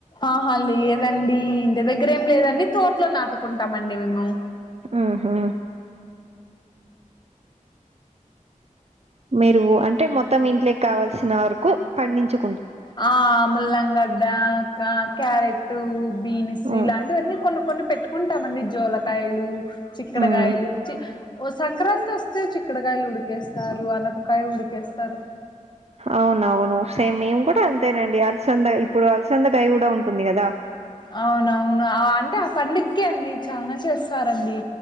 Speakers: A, on the left; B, on the right.
A: ఆహా లేదండి ఇంటి దగ్గర ఏం లేదండి తోట్లో నాటుకుంటామండి మేము
B: మ్ హా మీరు అంటే మొత్తం ఇంట్లో కావలసిన వరకు పండించు
A: ఆ ముల్లంగడ్డ క్యారెట్ బీన్స్
B: మ్మ్.
A: ఇలాంటివన్నీ కొన్ని కొన్ని పెట్టు ఉంటామండి జోలకాయలు చిక్కడకాయలు
B: మ్మ్.
A: చి ఓ సంక్రాంతి వస్తే చిక్కడకాయలు ఉడికేస్తారు ఆలంకాయ ఉడికేస్తారు
B: అవునవును సేమ్ మేము కూడా అంతేనండి అలసంద ఇప్పుడు అలసందగాయ కూడా ఉంటుంది కదా
A: అవునవును ఆ అంటే పడుకే అండి చాలా చేస్తారండి